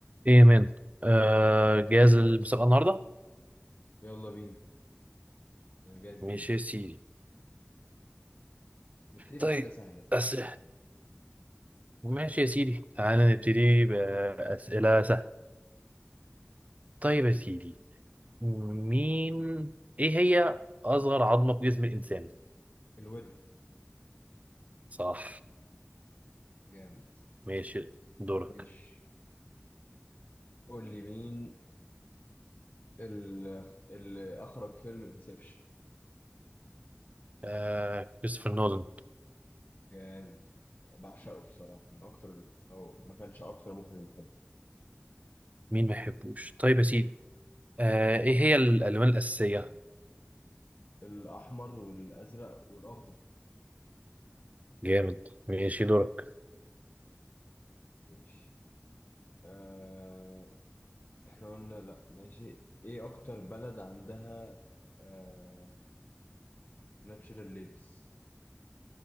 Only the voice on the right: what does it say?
ايه يا مان آه جاهز للمسابقة النهاردة؟
ماشي
يا سيدي
طيب
بس ماشي يا سيدي تعالى نبتدي بأسئلة سهلة طيب يا سيدي مين ايه هي أصغر عظمة في جسم الإنسان؟
صح
ماشي دورك
آه كريستوفر نولان
مين ما يحبوش طيب يا سيدي آه ايه هي الألوان الأساسية؟
جامد ماشي دورك